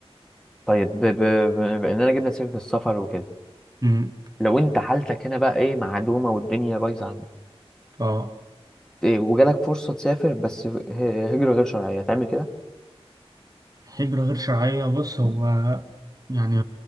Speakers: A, in the centre; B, on the right (about 35°).
A: طيب ب... ب... ب... بأننا جبنا سيرة السفر وكده
B: مم.
A: لو أنت حالتك هنا بقى إيه معدومة والدنيا بايظة عندك
B: اه
A: إيه وجالك فرصة تسافر بس ه- هجرة غير شرعية هتعمل كده؟
B: هجرة غير شرعية بص هو يعني